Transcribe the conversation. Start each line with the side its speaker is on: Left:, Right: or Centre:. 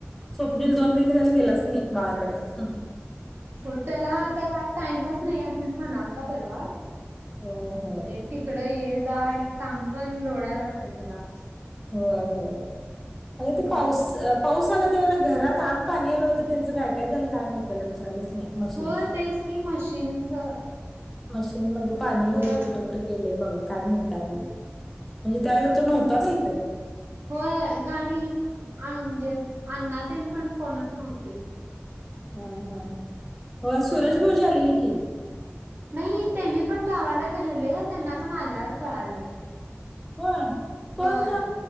Centre: स्वप्नील दोन महिने झाले गेलाच नाही बाळाकड हं हं.
Right: हो त्याला आता काय टाईमच नाहीये म्हणून म्हणायलता परवा म्हणजे
Centre: हो हो
Right: तिकड ये जा आणि काम पण लोडाय वाटतं त्यला
Centre: हो हो अग
Right: हम्म.
Centre: ते पाऊस अ प पाऊस आला त्यावेळेला घरात आत पाणी आलं होतं त्यांचं काय काय झालं काय माहित त्याला विचारलंच नाही. मशीनचं
Right: होय तेच की मशीनच
Centre: मशीनमध्ये
Right: होय.
Centre: पाणी वगैरे कुठं कुठं? गेलयं बघा काय माहित त्या वेळेला म्हणजे त्यावेळेला तो नव्हता ना इथं.
Right: होय गाणी अ आ म्हणजे अण्णा तेन पण कोणच नव्हते.
Centre: हा हा हो
Right: होय.
Centre: सुरज भाऊजी आलेली की
Right: नाही त्यांनी पण गावाला गेलेले त्यांना पण आल्यावर कळालं.
Centre: होय कोण?
Right: होय.